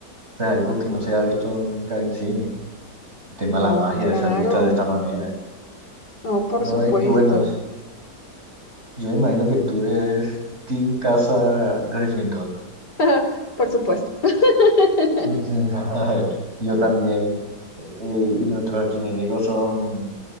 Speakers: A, on the right; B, on the left.
A: O sea, algo que no se ha visto nunca en cine. El tema
B: No,
A: de la magia,
B: claro.
A: se ha visto de esta manera.
B: No, por
A: No,
B: supuesto.
A: y bueno, yo me imagino que tú eres Team Casa Gryffindor.
B: <laughs> Por supuesto. <laughs>
A: Ujú. <laughs> Yo también. Y, y nuestros archienemigos son